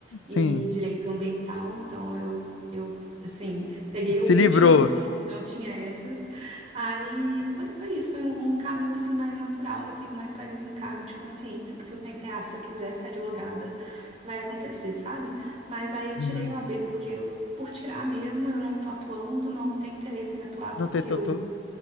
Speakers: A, on the right; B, on the left.
A: e
B: sim,
A: direito ambiental, então eu, eu assim, peguei
B: se
A: o último
B: livrou.
A: que não, não tinha essas. Aí foi, foi isso, foi um, um caminho assim mais natural. Eu fiz mais para desencargo de consciência, porque eu pensei, ah, se eu quiser ser advogada, vai acontecer, sabe? Mas aí eu
B: Uhum.
A: tirei o AB porque eu, por tirar mesmo, eu não tô atuando, não tenho interesse em atuar
B: Não
A: porque
B: tem tanto.
A: eu